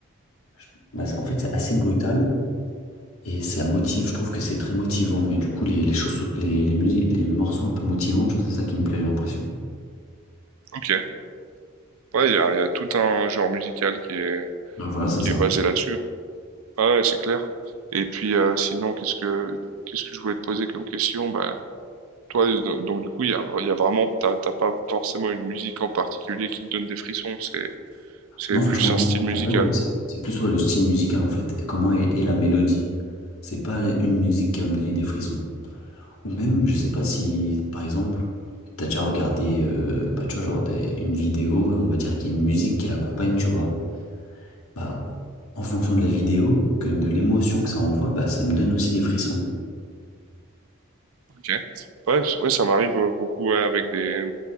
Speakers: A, on the left; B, on the right.
A: je- bah, c'est- en fait c'est assez brutal et ça motive, je trouve que c'est très motivant et du coup les, les, chaussons- les, les, musi- les morceaux un peu motivants, tu vois, c'est ça qui me plaît j'ai l'impression.
B: Ok. Ouais, il y a, il y a tout un genre musical qui est,
A: Donc voilà c'est
B: qui
A: ça.
B: est basé là-dessus. Ah ouais, c'est clair. Et puis, euh, sinon, qu'est-ce que, qu'est-ce que je voulais te poser comme question? Bah, toi, do- donc, du coup, il y a, il y a vraiment, t'as t'as pas forcément une musique en particulier qui te donne des frissons. C'est, c'est
A: Non
B: plus
A: franchement
B: un
A: non,
B: style musical.
A: en vrai ouais, c'est c'est plus ouais, le style musical en fait, et comment est, est la mélodie. C'est pas une musique qui va me donner des frissons. Ou même, je sais pas si par exemple... T'as déjà regardé, euh, bah, tu vois, genre des- une vidéo et on va dire qu'il y a une musique qui l'accompagne, tu vois. Bah, en fonction de la vidéo que de l'émotion que ça envoie, bah, ça me donne aussi des frissons.
B: Ok. Ouais, c- ouais, ça m'arrive euh, beaucoup ouais, avec des,